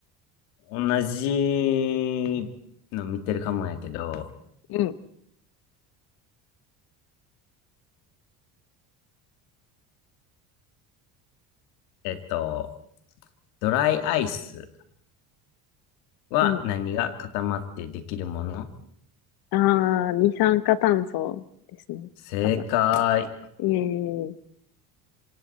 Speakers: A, on the left; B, on the left.
A: ー同じの見てるかもやけど、
B: うん、
A: えっと、ドライアイス。は何が固まってできるもの
B: うん。あー、二酸化炭素ですね。
A: 正解。
B: 多分。えー、